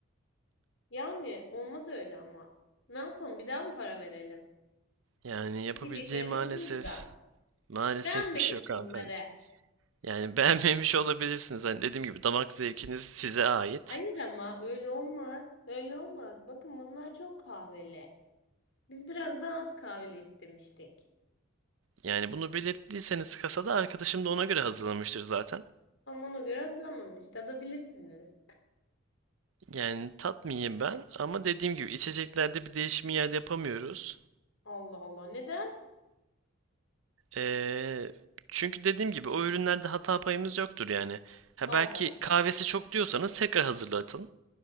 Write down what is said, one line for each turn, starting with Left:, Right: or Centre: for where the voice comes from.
Left: Yani olmaz öyle ama. Ne yapalım? Bir daha mı para verelim?
Right: Yani yapabileceğim
Left: İçeceklerimiz
Right: maalesef,
Left: burada.
Right: maalesef
Left: Beğenmedik
Right: bir şey yok
Left: bunları.
Right: hanımefendi. Yani <laughs> beğenmemiş olabilirsiniz. Hani dediğim gibi damak zevkiniz size ait.
Left: Hayır ama öyle olmaz. Öyle olmaz. Bakın bunlar çok kahveli. Biz biraz daha az kahveli istemiştik.
Right: Yani bunu belirttiyseniz kasada arkadaşım da ona göre hazırlamıştır zaten.
Left: Ama ona göre hazırlamamış. Tadabilirsiniz.
Right: Yani tatmayayım ben ama dediğim gibi içeceklerde bir değişim iade yapamıyoruz.
Left: Allah Allah. Neden?
Right: Ee, çünkü dediğim gibi o ürünlerde hata payımız yoktur yani. Ha
Left: Allah
Right: belki
Left: Allah.
Right: kahvesi çok diyorsanız tekrar hazırlatın.